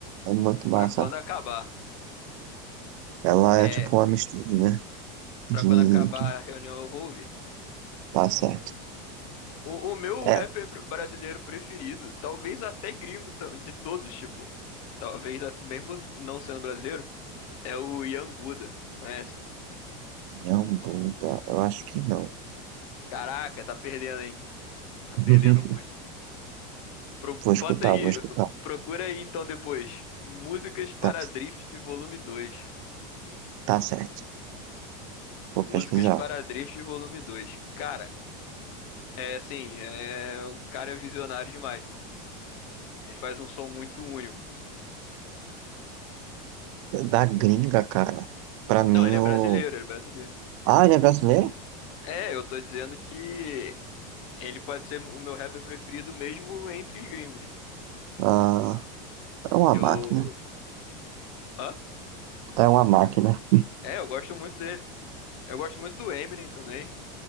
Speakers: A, on the right; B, on the left.
A: é muito massa.
B: pra quando acabar.
A: Ela
B: É,
A: é tipo uma misturinha de
B: pra quando acabar
A: que
B: a reunião eu vou ouvir.
A: tá certo.
B: O, o meu
A: É,
B: rapper
A: é
B: pr- brasileiro preferido, talvez até gringo tam- de todos, tipo, talvez a- mesmo não sendo brasileiro, é o Young Buddha. Conhece?
A: minha bunda, eu acho que não.
B: Caraca, tá perdendo, hein? Tá
A: <laughs>
B: perdendo muito. Pro- bota
A: Vou escutar,
B: aí,
A: vou escutar.
B: procura aí então depois. Músicas para
A: Tá,
B: Drift Volume dois
A: tá certo. Vou
B: Músicas
A: pesquisar.
B: para Drift Volume dois Cara, é assim, é... o cara é visionário demais, mano. Ele faz um som muito único.
A: Da gringa, cara. Pra mim,
B: Não, ele
A: o.
B: é brasileiro, ele é brasileiro.
A: Ah, ele é brasileiro?
B: É, eu tô dizendo que ele pode ser o meu rapper preferido mesmo entre os gringos.
A: Ah, é uma
B: Eu.
A: máquina.
B: Hã?
A: É uma máquina.
B: É, eu gosto muito dele. Eu gosto muito do Eminem também.